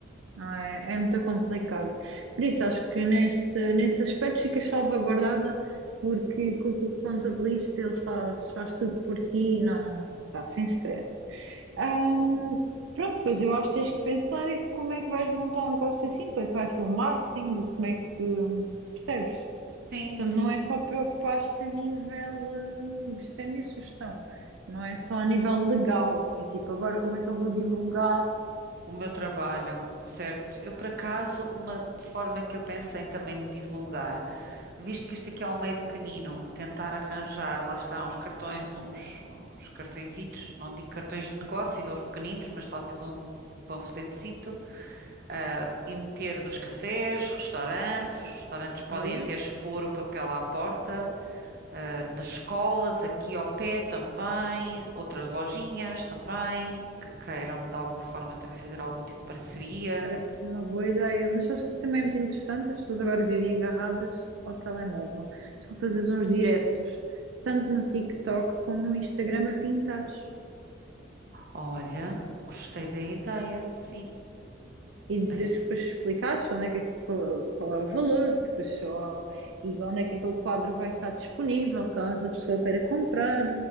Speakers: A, on the right (about 85°); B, on the right (about 50°).
A: Não é, é muito complicado. Por isso, acho que neste, nesse aspecto fica salvaguardada, porque co- co- o contabilista ele faz, faz tudo por ti e não pá, sem stress. Ahm, pronto, pois eu acho que tens que pensar em como é que vais montar um negócio assim, como é que vai ser o marketing, como é que hum, percebes?
B: Sim,
A: Portanto,
B: sim.
A: não é só preocupar-te a nível, hum, isto é a minha sugestão, não é só a nível legal, é tipo agora como é que eu vou divulgar.
B: O meu trabalho, certo? Eu, por acaso, uma forma que eu pensei também de divulgar, visto que isto aqui é um meio pequenino, tentar arranjar, lá está, uns cartões, uns, uns cartõezitos, não digo cartões de negócio, aqueles pequeninos, mas talvez um, um panfletecito ah, e meter nos cafés, restaurantes, os restaurantes podem
A: Olha.
B: até expor o papel à porta, ah, nas escolas, aqui ao pé também, outras lojinhas também, que queiram de alguma forma também fazer algum tipo de parceria.
A: Parece uma boa ideia, mas acho que também é muito interessante. As pessoas agora vivem agarradas ao telemóvel. Tu fazes uns diretos, tanto no TikTok como no Instagram, a pintares
B: Olha, gostei da ideia, sim.
A: e dizeres
B: Esse-
A: que depois explicares onde é que, é que- qual qual é o valor que pessoa e onde é que aquele quadro vai estar disponível, caso a pessoa queira comprar.